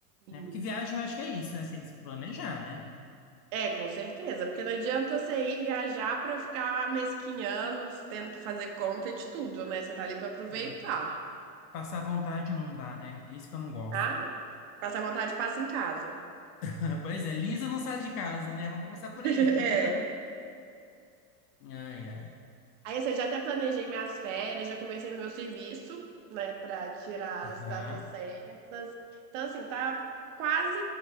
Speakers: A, on the right; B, on the left.
A: Sim.
B: né? Porque viagem eu acho que é isso, né? Você tem que se planejar, né?
A: É, com certeza, porque não adianta você ir viajar pra ficar mesquinhando, tendo que fazer conta de tudo, né? Você tá ali pra aproveitar.
B: É. Passar vontade não dá, né? É isso que eu não gosto.
A: Ah, não. Passar vontade, passa em casa.
B: <laughs> Pois é, Lisa não sai de casa, né? Vamos começar por
A: <laughs>
B: aí. <laughs>
A: É.
B: Ai, ai.
A: Aí, assim, eu já até planejei minhas férias, já conversei no meu serviço, né, pra tirar
B: Aham,
A: as datas certas. Então, assim, tá quase